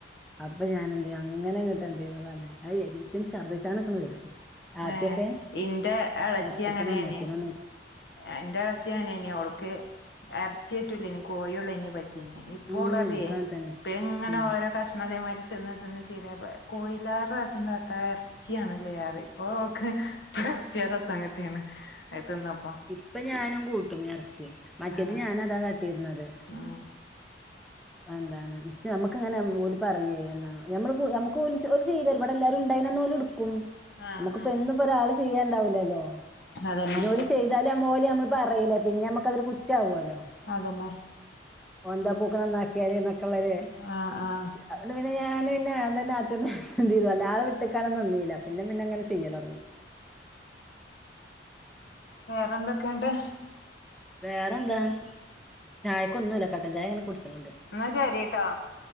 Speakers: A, in the centre; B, on the left.
A: അപ്പ ഞാനഎന്ത്യ്യും അങ്ങനെ ഇങട്ട് എന്തീതതാണ് അയ് ‌ഇച്ച്ട്‌ ഛർദ്ദിച്ചാനൊക്കട്‌ വരും. ആദ്യൊക്കെ
B: ഏഹ് ഇന്റെ എളച്ചിഅങ്ങനേണേ.
A: ഇറച്ചിയൊക്കെ നന്നാക്കീനന്ന്
B: എന്റെളച്ചി അങ്ങനേന് ഓൾക്ക് എർച്ചിറ്റൂലെന് കോയുള്ളേനു പറ്റ് ഇപ്പോളറിയേ
A: ഉം ഇൻക്കും അങ്ങനെ തന്നെ
B: പ്പഇങ്ങനെ
A: ഉം
B: ഓരോ കഷ്ണതെമാരി തിന്ന് തിന്ന് ശീലായപ്പോ കോയിലേറെ രസം താത്താ എർച്ചിയാണ്ലെറിം. പ്പൊൾക്ക് പ്പേർച്ചിയാ രസംക്ക്‌ട്ടീക്ക്ണ് അത് തിന്നപ്പോ.
A: ഇപ്പ ഞാനുംകൂട്ടും എർച്ചി മറ്റത്
B: ആഹ്
A: ഞാനതാ കാട്ടീര്ന്നത്.
B: ഉം
A: വന്താന്ന് ഇച്ച് ഞമ്മക്ക് ഇങ്ങനെ ഓല് പറയെ എന്താണ് ഞമ്മള് കൂ ഞമ്മക്ക് ഓല് ഓല് ചെയ്തരും ഇബടെല്ലാരും ഇണ്ടായിന്നന്ന് ഓല്ട്‌ക്കും
B: ആഹ്
A: ഞമ്മക്ക്പ്പ
B: ആഹ്
A: എന്നും പ്പഒരാള് ചിയ്യാണ്ടാവുലല്ലോ
B: അതന്നെ
A: പിന്നെ ഓല് ചെയ് താല് ഞമ്മ ഓല്ഞമ്മളെ പറയീലെ പിന്നെ ഞമ്മക്കതൊര് കുറ്റാവുല്ലോ.
B: അതന്നെ.
A: ന്താപ്പൊഓക്ക് നന്നാക്കിയാല് ന്നൊക്കള്ളര്
B: ആഹ് ആഹ്
A: അതോണ്ട് പിന്നെ ഞാന് പിന്നെ അതന്നെ ആദ്യംതന്നെ എന്തീയ്തു വല്ലാതെ വ്ട്ട്ക്ക് കാനം ന്ന്ന്നീലാ പിന്നെ പിന്നെ അങ്ങനെ ചെയ്യലൊടങ്ങി.
B: വേറെന്തൊക്കണ്ട്?
A: വേറെന്താ? ചായക്കൊന്നുല്ല കട്ടൻചായ ഇങ്ങനെ കുടിച്ച്ണ് ണ്ട്.
B: ഇന്നാ ശെരീട്ടോ.